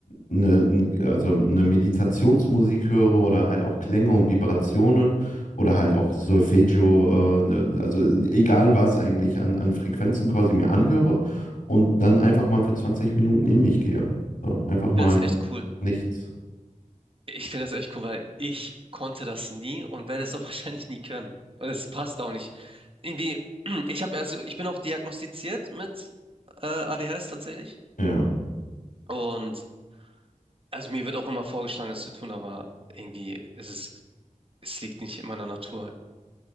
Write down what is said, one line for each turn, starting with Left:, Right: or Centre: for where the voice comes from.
Left: eine, also eine Meditationsmusik höre oder halt auch Klänge und Vibrationen oder halt auch Solfeggio, äh, ne, also egal was eigentlich an, an Frequenzen quasi mir anhöre und dann einfach mal für 20 Minuten in mich gehe. So, einfach mal
Right: finde das echt cool.
Left: nichts.
Right: Ich finde das echt cool, weil ich konnte das nie und werde es auch <laughs> wahrscheinlich nie können. Und es passt auch nicht. Irgendwie, <clears throat> ich habe also, ich bin auch diagnostiziert mit äh, ADHS tatsächlich.
Left: Ja.
Right: Und also mir wird auch immer vorgeschlagen, das zu tun, aber irgendwie ist es, es liegt nicht in meiner Natur.